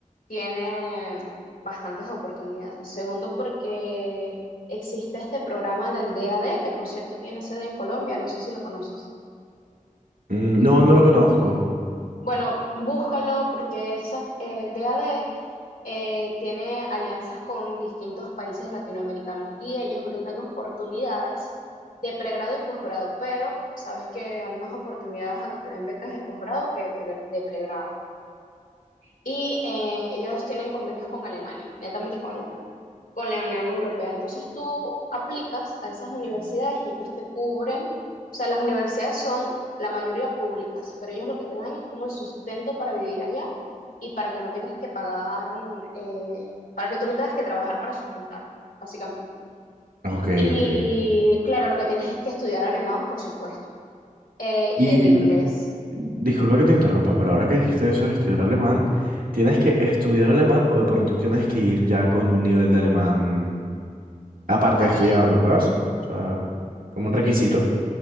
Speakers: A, on the left (about 80°); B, on the right (about 85°).
A: tiene bastantes oportunidades. Segundo, porque existe este programa del DAD, que por cierto tiene sede en Colombia, no sé si lo conoces.
B: Mm, No, no lo conozco.
A: Bueno, búscalo porque esas- el DAD eh, tiene alianzas con distintos países latinoamericanos y ellos brindan oportunidades de pregrado y posgrado, pero sabes que hay más oportunidades a que te den becas de posgrado que de, pre- de pregrado. Y eh, ellos tienen convenios con Alemania, netamente con Alemania, con la Unión Europea. Entonces tú aplicas a esas universidades y ellos te cubren. O sea, las universidades son la mayoría públicas, pero ellos lo que te dan es como el sustento para vivir allá y para que no tengas que pagar, eh, para que tú no tengas que trabajar para sustentar, básicamente.
B: Ok,
A: Y
B: ok.
A: claro, lo que tienes es que estudiar alemán, por supuesto, eh,
B: Y
A: y el inglés.
B: eh, disculpa que te interrumpa, pero ahora que dijiste eso de estudiar alemán, ¿tienes que estudiar alemán o de pronto tienes que ir ya con un nivel de alemán aparte
A: Hay
B: de estudiarlo, ¿sabes? O sea, como un requisito